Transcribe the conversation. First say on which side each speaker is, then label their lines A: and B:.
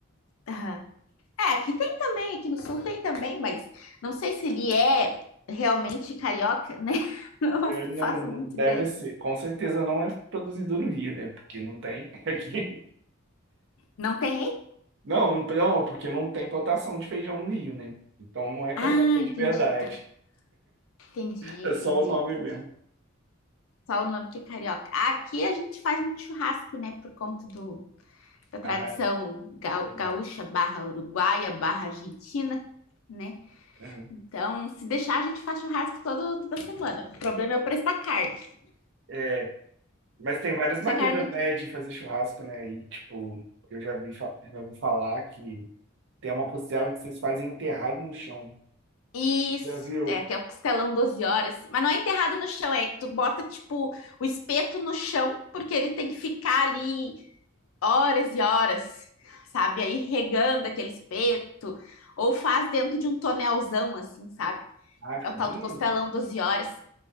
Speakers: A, on the left; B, on the right.
A: Aham. É, aqui tem também, aqui no sul tem também, mas não sei se ele é realmente carioca, né? <laughs> Não
B: É, Não,
A: faço
B: não
A: muita
B: deve
A: ideia.
B: ser, com certeza não é produzido no Rio, né? Porque não tem <laughs> aqui.
A: Não tem aí?
B: Não, não, não, porque não tem plantação de feijão no Rio, né? Então não é carioca
A: Ah,
B: de
A: entendi,
B: verdade.
A: tá. Entendi,
B: É
A: entendi,
B: só o nome
A: entendi.
B: mesmo.
A: Só o nome que é carioca. Aqui a gente faz muito churrasco, né? Por conta do, da tradição
B: Ah,
A: ga-
B: verdade.
A: gaúcha barra uruguaia barra argentina, né?
B: Uhum.
A: Então, se deixar, a gente faz churrasco todo, toda semana. O problema é o preço da carne.
B: É, mas tem várias maneiras,
A: Se a carne... não
B: né,
A: tiver-
B: de fazer churrasco, né? E tipo, eu já vi, fa- já vou falar que tem uma costela que vocês fazem enterrado no chão.
A: Isso,
B: Já viu?
A: é que é o costelão 12 horas. Mas não é enterrado no chão, é que tu bota, tipo, o espeto no chão, porque ele tem que ficar ali horas e horas, sabe? Aí regando aquele espeto, ou faz dentro de um tonelzão, assim, sabe?
B: Ah, fica
A: É o tal
B: bonito.
A: do costelão 12 horas.